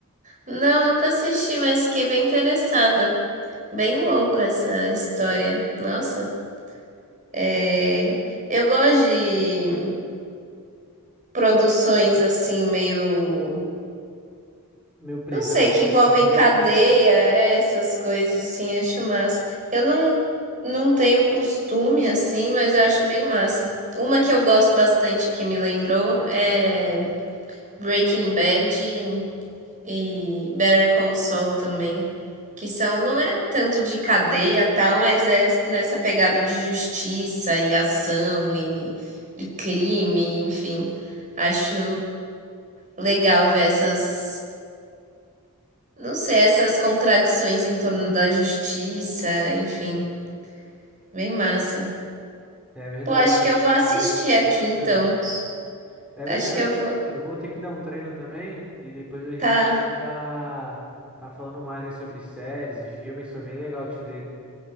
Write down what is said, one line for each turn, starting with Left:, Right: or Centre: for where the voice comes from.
Right: Não, nunca assisti, mas fiquei bem interessada. Bem louco essa história. Nossa. É... Eu gosto de produções
Centre: É,
Right: assim, meio.
Centre: Meu prisão,
Right: Não sei,
Centre: meu
Right: que envolvem
Centre: bandido.
Right: cadeia, é, essas coisas assim, acho massa. Eu não, não tenho costume assim, mas eu acho bem massa. Uma que eu gosto bastante que me lembrou é Breaking Bad e Better Call Saul também, que são, não é tanto de cadeia tal, mas é nessa pegada de justiça e ação e, e crime, enfim. Acho legal ver essas não sei, essas contradições em torno da justiça, enfim, bem massa.
Centre: É verdade,
Right: Pô, acho que eu vou assistir
Centre: é bem
Right: aqui
Centre: interessante.
Right: então.
Centre: É
Right: Acho
Centre: verdade,
Right: que eu vou.
Centre: eu vou ter que dar um treino também e depois a gente
Right: Tá.
Centre: pode estar tá, tá falando mais aí sobre séries e filmes. Foi bem legal te ver.